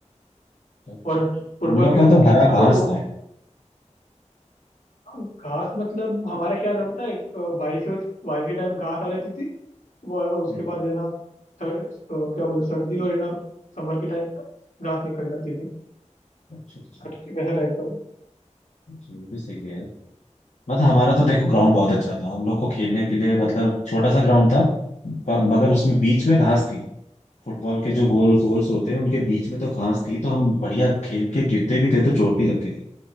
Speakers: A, on the left; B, on the left.
A: अच्छा
B: और फुटबॉल
A: हम लोग
B: भी
A: का तो
B: किक
A: हरा
B: मारो
A: घास
B: वो
A: था
B: हाँ, घास मतलब हमारा क्या था पता है अ, बारिश हो बारिश के टाइम घास आ जाती थी वो उसके
A: हम्म
B: बाद है ना सर, अ, क्या बोलते हैं, सर्दी और है ना समर के टाइम पे घास निकल जाती थी
A: अच्छा अच्छा
B: सट- वैसा टाइप का वो।
A: अच्छा, ये भी सही है मतलब हमारा तो
B: हम्म,
A: देखो ग्राउंड
B: तो
A: बहुत अच्छा था हम लोग को खेलने के लिए मतलब छोटा सा ग्राउंड था प- मगर उसमें बीच में घास थी फुटबॉल के जो गोल गोल्स होते हैं उनके बीच में तो घास थी तो हम बढ़िया खेल के गिरते भी थे तो चोट नहीं लगती थी